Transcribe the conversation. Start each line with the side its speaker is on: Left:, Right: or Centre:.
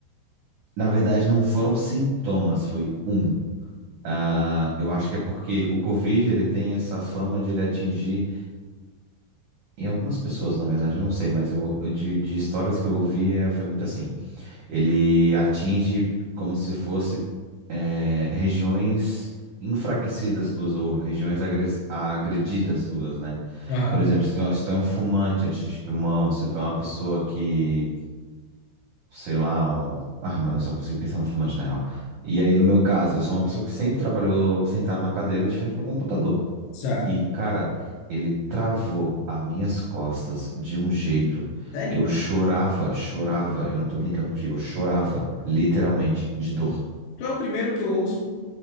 Right: Na verdade, não foram sintomas, foi um. Ah, eu acho que é porque o Covid, ele tem essa fama de ele atingir, em algumas pessoas, na verdade, eu não sei, mas eu, eu- de, de histórias que eu ouvi, é, foi muito assim. Ele atinge como se fosse é, regiões enfraquecidas tuas ou regiões agres- agredidas tuas, né?
Left: Aham,
Right: Por exemplo, se tu é, se tu é um fumante, atinge pulmão, se tu é uma pessoa que sei lá, um... Ah, mano, eu só consigo pensar no fumante, na real. E aí, no meu caso, eu sou uma pessoa que sempre trabalhou sentado na cadeira de frente para computador.
Left: certo.
Right: E, cara, ele travou as minhas costas de um jeito
Left: Sério?
Right: que eu chorava, chorava. Eu não tô brincando contigo, eu chorava, literalmente, de dor.
Left: Tu é o primeiro que eu ouço